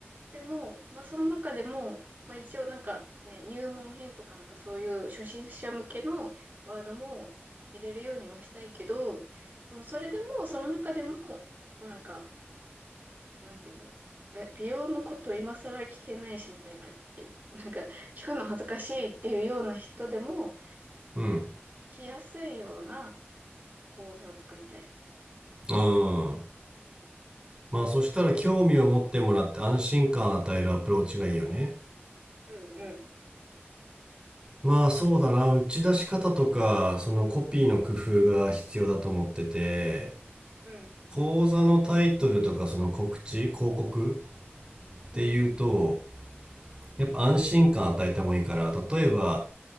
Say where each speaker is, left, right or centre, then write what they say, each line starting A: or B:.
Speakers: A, on the right; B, on the right.
A: でも、まあ、その中でも、まあ、一応なんかね、入門編とかなんかそういう初心者向けのワードも入れるようにはしたいけど、でもそれでも、その中でも、なんか、なんて言うんだろう。だ美容のこと今更聞けないしみたいな、けなんか聞くの恥ずかしいっていうような人でも、
B: うん。
A: 来やすいような講座を作りたい。
B: うん。まあそしたら興味を持ってもらって安心感を与えるアプローチがいいよね。
A: うんうん
B: まあそうだな、打ち出し方とか、そのコピーの工夫が必要だと思ってて、
A: うん。
B: 講座のタイトルとかその告知、広告っていうと、
A: うん。
B: やっぱ安心感与えた方がいいから、例えば、